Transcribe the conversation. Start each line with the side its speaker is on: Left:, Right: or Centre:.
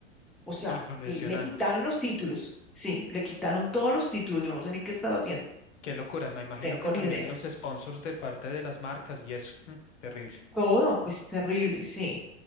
Centre: O sea,
Left: Impresionante.
Centre: él le quitaron los títulos. Sí, le quitaron todos los títulos. Yo no sé ni qué estar haciendo.
Left: Qué locura. Me imagino
Centre: Tengo
Left: que también
Centre: ni idea.
Left: los sponsors de parte de las marcas y eso. mm, terrible.
Centre: Todo, pues terrible, sí.